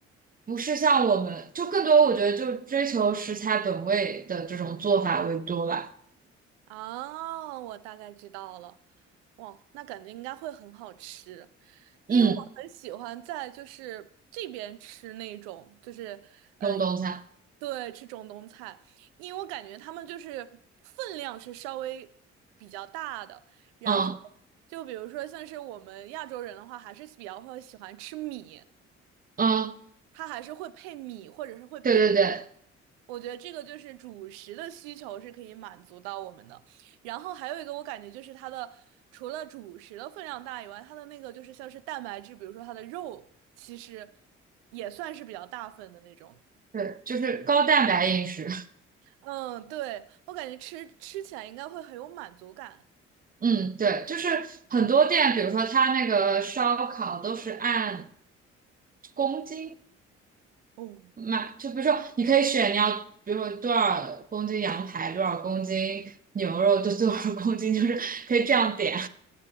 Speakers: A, on the right (about 25°); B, on the right (about 70°).
A: 不是像我们就更多，我觉得就追求食材本味的这种做法为多吧。
B: 哦，我大概知道了。哇，那感觉应该会很好吃，因为我很喜欢在就是这边吃那种就是呃，
A: 嗯，中东菜，
B: 对，吃中东菜，因为我感觉他们就是分量是稍微比较大的，然后
A: 嗯
B: 就比如说像是我们亚洲人的话，还是比较会喜欢吃米，
A: 嗯，
B: 它还是会配米或者是会配。
A: 对对对
B: 我觉得这个就是主食的需求是可以满足到我们的，然后还有一个我感觉就是它的除了主食的分量大以外，它的那个就是像是蛋白质，比如说它的肉，其实也算是比较大份的那种。
A: 对，就是高蛋白饮食。
B: 嗯，对，我感觉吃吃起来应该会很有满足感。
A: 嗯，对，就是很多店，比如说它那个烧烤都是按公斤
B: 哦，
A: 卖，就比如说你可以选你要，比如说多少公斤羊排，多少公斤牛肉，就多少公斤，就是可以这样点。